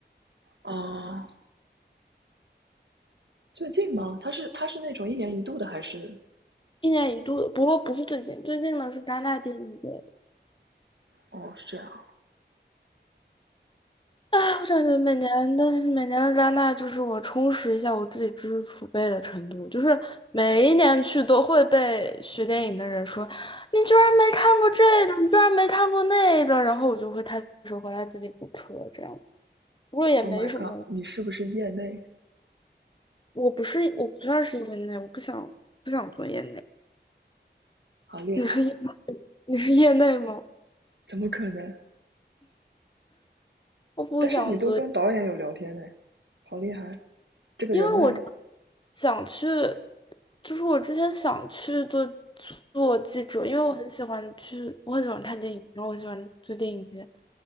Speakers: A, on the right; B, on the left.
A: 啊，最近吗？他是他是那种一年一度的还是？
B: 一年一度的，不过不是最近，最近呢是戛纳电影节，
A: 哦，是这样。
B: 啊，我感觉每年的每年的加拿大就是我充实一下我自己知识储备的程度，就是每一年去都会被学电影的人说，你居然没看过这个，你居然没看过那个，然后我就会开始回来自己补课，这样，不过也没什么，
A: Oh my god，你是不是业内？
B: 我不是我不算是业内，我不想不想做业内，
A: 好厉害！
B: 你是业你是业内吗？
A: 怎么可能？
B: 我不想做。
A: 但是你都跟导演有聊天呢，好厉害！这个人脉，
B: 因为我想去，就是我之前想去做做记者，因为我很喜欢去，我很喜欢看电影，然后我很喜欢做电影节，